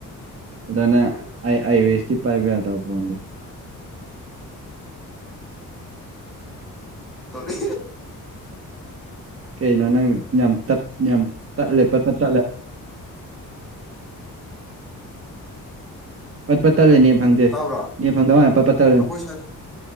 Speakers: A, on the right; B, in the centre.
A: ꯑꯗꯨꯅ ꯑꯥꯏꯋꯦꯁꯇꯤ ꯄꯥꯏꯕ ꯌꯥꯗꯕ ꯐꯣꯟꯗꯦ
B: ꯇꯔꯤ
A: ꯀꯩꯅꯣ ꯅꯪ ꯌꯥꯝ ꯌꯥꯝ ꯇꯠꯂꯦ ꯄꯠꯄ ꯇꯠꯂꯦ ꯄꯠ ꯄꯠꯠꯇꯂꯦꯠ ꯐꯪꯗꯦ
B: ꯇꯥꯕ꯭ꯔꯣ
A: ꯅꯦꯠ ꯐꯪꯗꯕ ꯃꯅ ꯄꯠ ꯇꯦ
B: ꯑꯩꯈꯣꯏ ꯁꯥꯏ